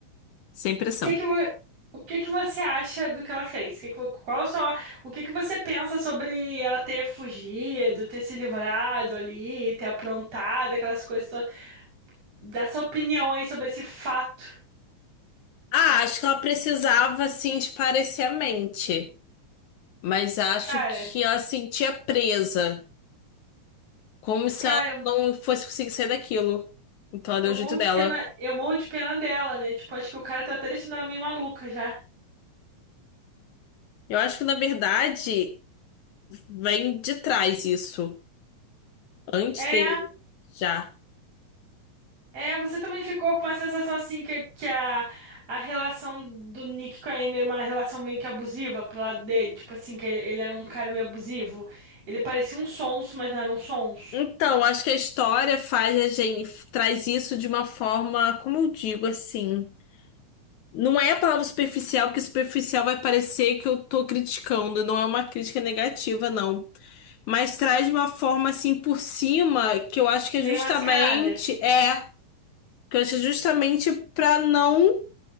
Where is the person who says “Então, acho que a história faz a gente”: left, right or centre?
Left